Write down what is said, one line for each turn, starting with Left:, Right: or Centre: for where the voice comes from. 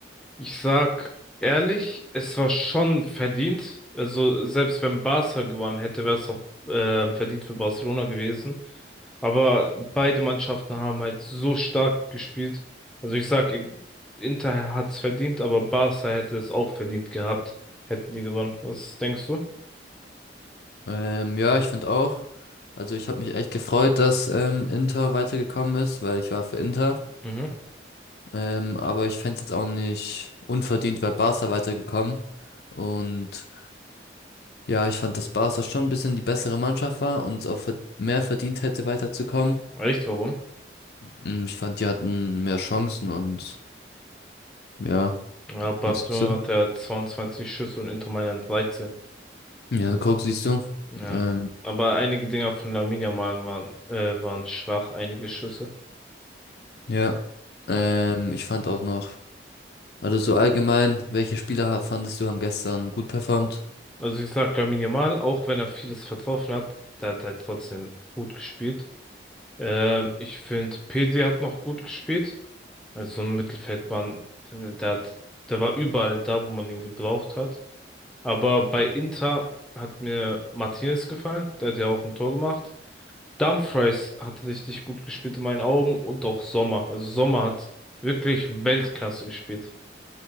Centre: Ich sag ehrlich, es war schon verdient. Also, selbst wenn Barca gewonnen hätte, wäre es auch äh, verdient für Barcelona gewesen. Aber beide Mannschaften haben halt so stark gespielt. Also, ich sag, Inter hat's verdient, aber Barca hätte es auch verdient gehabt, hätten die gewonnen. Was denkst du?
Left: Ähm, ja, ich finde auch. Also ich habe mich echt gefreut, dass ähm, Inter weitergekommen ist, weil ich war für Inter.
Centre: Mhm.
Left: Ähm, aber ich fände es jetzt auch nicht unverdient, weil Barca weitergekommen. Und Ja, ich fand, dass Barca schon ein bisschen die bessere Mannschaft war und es auch ver- mehr verdient hätte, weiterzukommen.
Centre: Echt, warum?
Left: Mm, Ich fand, die hatten mehr Chancen und ja,
Centre: Ja, Barcelona
Left: was sagst du?
Centre: hat ja 22 Schüsse und Inter Mailand 13.
Left: Ja, so guck, siehst du.
Centre: Ja.
Left: Ähm,
Centre: Aber einige Dinger von Lamine Yamal waren, äh, waren schwach, einige Schüsse.
Left: ja,
Centre: Ja.
Left: ähm, ich fand auch noch, also so allgemein, welche Spieler ha- fandest du haben gestern gut performt?
Centre: Also ich sag Lamine Yamal, auch wenn er vieles vertroffen hat, der hat halt trotzdem gut gespielt. Ähm, ich finde, Pedri hat noch gut gespielt. Also so ein Mittelfeldmann, der, der hat, der war überall da, wo man ihn gebraucht hat. Aber bei Inter hat mir Martinez gefallen, der hat ja auch ein Tor gemacht. Dumfries hat richtig gut gespielt in meinen Augen und auch Sommer. Also Sommer hat wirklich Weltklasse gespielt.